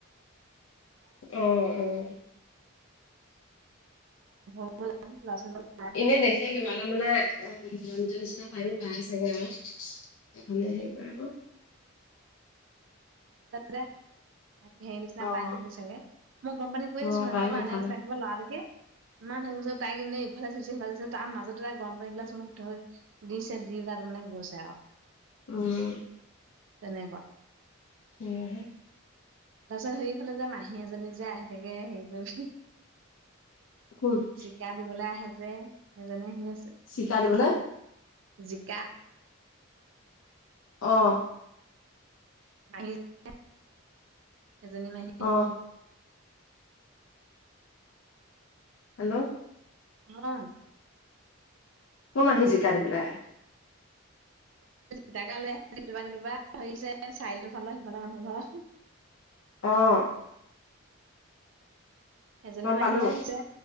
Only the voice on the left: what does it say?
অ', অ',
এনেই দেখিয়ে কিবা এটা মানে অ', নিৰঞ্জন নিচিনা তায়ো পাই চাগে আৰু মানে হেৰি কৰে আকৌ
অ',
অ',
তাইও এইফালে,
উম
<inaudible>
<inaudible>
শিকাই দিবলৈ
অ'
অ' হেল্ল'
কম আহি জিকা দিবলৈ আহে
অ'
গম
পালো,